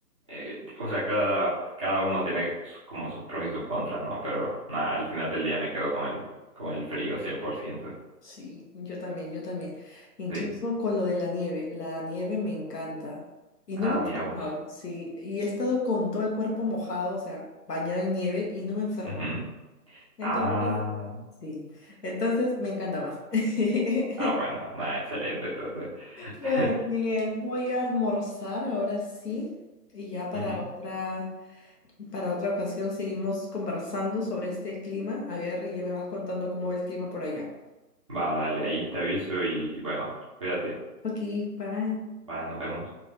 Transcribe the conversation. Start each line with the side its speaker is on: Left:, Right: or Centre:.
Right: eh, o sea, cada, cada uno tiene su- como sus pros y sus contras, ¿no? Pero nada, al final del día me quedo con el, con el frío cien por ciento.
Left: Sí, yo también, yo también. Incluso
Right: Sí.
Left: con lo de la nieve, la nieve me encanta. Y no
Right: Ah,
Left: me he enfermado,
Right: mira vos.
Left: sí. Y he estado con todo el cuerpo mojado, o sea, bañado en nieve y no me he enfermado.
Right: Ujú.
Left: Entonces,
Right: Ah,
Left: sí. Entonces me encanta más. <laughs>
Right: ah, bueno, nada, excelente, entonces.
Left: Bueno,
Right: <laughs>
Left: Miguel, voy a almorzar ahora sí. Y ya para
Right: Ujú.
Left: otra, para otra ocasión seguimos conversando sobre este clima. A ver, y ya me vas contando cómo va el clima por allá.
Right: Va, dale, ahí te aviso y bueno, cuídate.
Left: Ok, bye.
Right: Va, nos vemos.